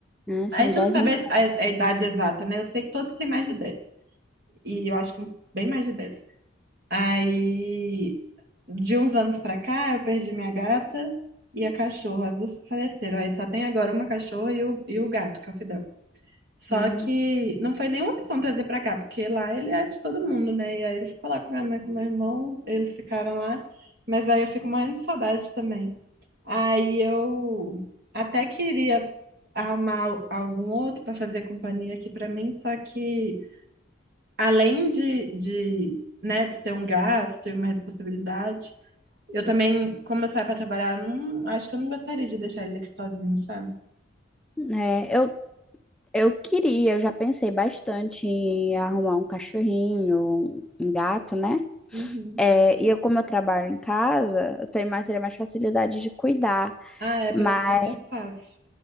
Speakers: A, in the centre; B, on the right.
A: Né,
B: A
A: são
B: gente
A: idosos.
B: não sabe
A: né?
B: a, a idade exata, né? Eu sei que todos têm mais de 10, E eu acho que bem mais de 10. Aí, de uns anos pra cá, eu perdi minha gata e a cachorra. As duas faleceram. Aí só tem agora uma cachorra e o, e o gato, que é o Fidel. Só
A: Ah.
B: que não foi nenhuma opção trazer pra cá, porque lá ele é de todo mundo, né? E aí ele ficou lá com minha mãe, com meu irmão, eles ficaram lá. Mas aí eu fico morrendo de saudade também. Aí eu até queria arrumar al- algum outro para fazer companhia aqui pra mim, só que além de, de, né, de ser um gasto e uma responsabilidade, eu também, como eu saio para trabalhar, eu não, acho que eu não gostaria de deixar ele aqui sozinho, sabe?
A: É, eu Eu queria, eu já pensei bastante em arrumar um cachorrinho, um gato, né?
B: Uhum.
A: É, e eu, como eu trabalho em casa, eu tenho mais, teria mais facilidade de cuidar.
B: Ah, é, para
A: Mas
B: ser mais fácil.